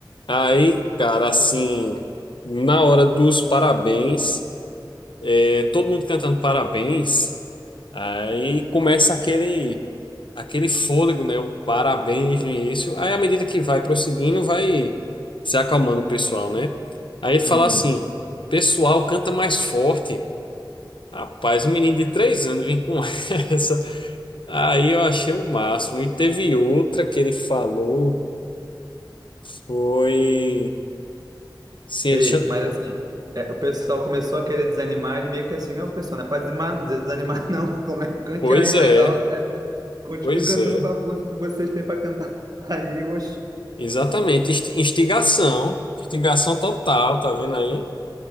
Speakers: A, on the left; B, on the right.
A: Aí, cara, assim, na hora dos parabéns, é, todo mundo cantando parabéns, aí começa aquele, aquele fôlego, né? O parabéns no início. Aí, à medida que vai prosseguindo, vai se acalmando o pessoal, né? Aí ele fala
B: Uhum.
A: assim: pessoal, canta mais forte. Rapaz, um menino de três anos vem com <laughs> essa. Aí eu achei o máximo. E teve outra que ele falou, foi. Sim,
B: Ei,
A: ele chama...
B: mas assim, é, o pessoal começou a querer desanimar, ele meio que assim, não, pessoal, não é para desanimar, desanimar não, <laughs> como é, cante
A: Pois
B: aí mais
A: é.
B: alto, né? Continue
A: Pois
B: cantando
A: é,
B: com a força que vocês têm para cantar <laughs> aí, oxe.
A: exatamente. Insti- Instigação, instigação total, tá vendo aí?